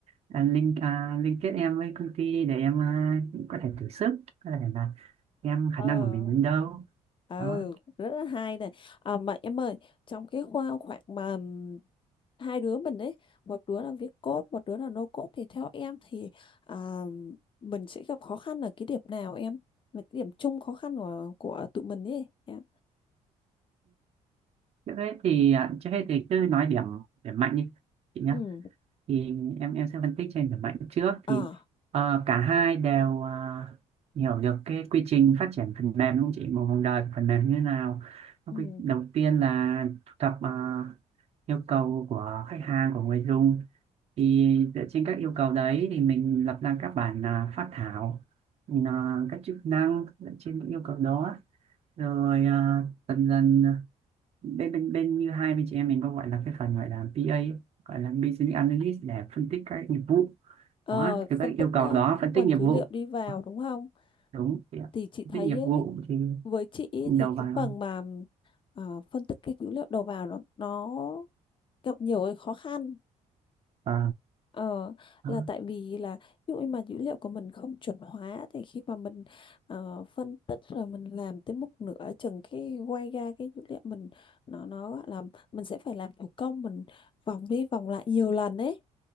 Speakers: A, on the right (about 50°); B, on the left (about 40°).
A: à, link à, liên kết em với công ty để em à, có thể thử sức có thể là em
B: Ờ.
A: khả năng của mình đến đâu
B: ừ
A: đó
B: rất là hay này à, mà em ơi trong cái khoa khoảng mà ừm, hai đứa mình ấy một đứa là viết code một đứa là no code thì theo em thì à, mình sẽ gặp khó khăn ở cái điểm nào em là cái điểm chung khó khăn của của tụi mình ấy em
A: thế hết thì à, trước hết thì cứ nói điểm điểm mạnh đi chị nhé.
B: ừ
A: Thì em em sẽ phân tích trên điểm mạnh trước thì
B: à
A: ờ, cả hai đều à, hiểu được cái quy trình phát triển phần mềm đúng không chị? Một vòng đời của phần mềm như thế nào? Nó
B: ừ.
A: quy- Đầu tiên là thu thập à, yêu cầu của khách hàng của người dùng thì dựa trên các yêu cầu đấy thì mình lập ra các bản à, phát thảo mình, à, các chức năng dựa trên những yêu cầu đó rồi à, dần dần à, bên bên bên như hai bên chị em mình có gọi là cái phần gọi là PA ấy, gọi là Business Analyst để phân tích các nghiệp vụ
B: Ờ,
A: đó từ các
B: phân tích
A: yêu
B: ờ,
A: cầu đó phân
B: nguồn
A: tích nghiệp
B: dữ
A: vụ
B: liệu đi vào
A: Đó,
B: đúng không
A: đúng chị ạ.
B: thì chị thấy
A: phân tích nghiệp vụ
B: ấy,
A: thì
B: với chị ấy,
A: đầu
B: thì cái
A: vào
B: phần mà ờ, phân tích cái dữ liệu đầu vào nó nó gặp nhiều cái khó khăn
A: Ờ,
B: Ờ,
A: đó,
B: là tại vì là ví dụ như mà dữ liệu của mình không chuẩn hóa thì khi mà mình ờ, phân tích rồi mình làm tới một nửa chừng cái quay ra cái dữ liệu mình nó nó gọi là mình sẽ phải làm thủ công mình vòng đi vòng lại nhiều lần đấy